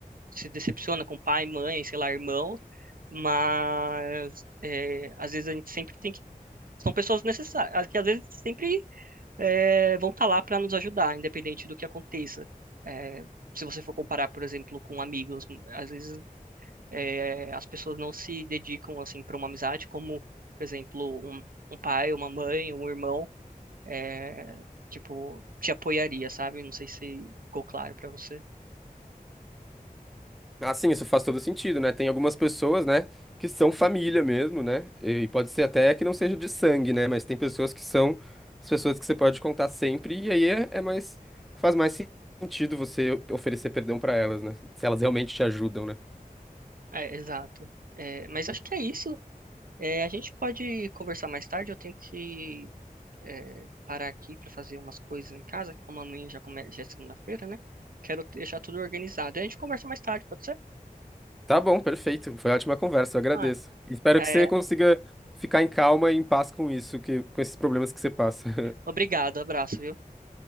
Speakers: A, on the right; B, in the centre.
A: se decepciona com pai, mãe, sei lá, irmão, mas é, às vezes a gente sempre tem que. São pessoas necessárias, que às vezes sempre é, vão estar lá para nos ajudar, independente do que aconteça. É, se você for comparar, por exemplo, com amigos, às vezes é, as pessoas não se dedicam assim para uma amizade, como, por exemplo, um, um pai, uma mãe, um irmão é, tipo, te apoiaria, sabe? Não sei se ficou claro pra você.
B: Ah, sim, isso faz todo sentido, né? Tem algumas pessoas, né, que são família mesmo, né? E pode ser até que não seja de sangue, né? Mas tem pessoas que são as pessoas que você pode contar sempre, e aí é, é mais, faz mais sentido você oferecer perdão pra elas, né? Se elas realmente te ajudam, né?
A: É, exato. É, mas acho que é isso. É, a gente pode conversar mais tarde. Eu tenho que é, parar aqui para fazer umas coisas em casa, que como amanhã já, come... já é segunda-feira, né? Quero deixar tudo organizado. E a gente conversa mais tarde, pode ser?
B: Tá bom, perfeito. Foi ótima conversa, eu agradeço.
A: Ah,
B: Espero
A: é,
B: que você consiga ficar em calma e em paz com isso, que, com esses problemas que você passa. <laughs>
A: obrigado, abraço, viu?